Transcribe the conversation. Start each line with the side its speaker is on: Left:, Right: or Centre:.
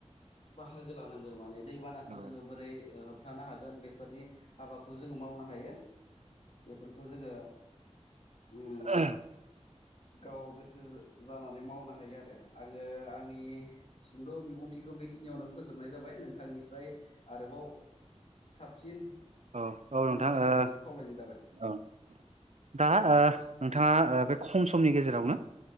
Left: बाहागो लानांगो माने दैबानाखौ
Right: औ
Left: जोङो बोरै होबथानो हागोन बेफोरनि हाबाखौ जोङो मावनो हायो बेफोरखौ जोङो उम
Right: ओह
Left: गाव गोसो जानानै मावनो हायो आरो आङो आंनि सुंद' बिबुंथिखौ बेखिनियावनो फोजोबनाय जाबाय नोंथांनिफ्राय आरोबाव साबसिन
Right: औ औ
Left: बुंनो
Right: नोंथां
Left: थाखाय
Right: ओ
Left: नोंथांखौ खावलायनाय जाय
Right: औ दा ओ नोंथाङा ओ बे खम समनि गेजेरावनो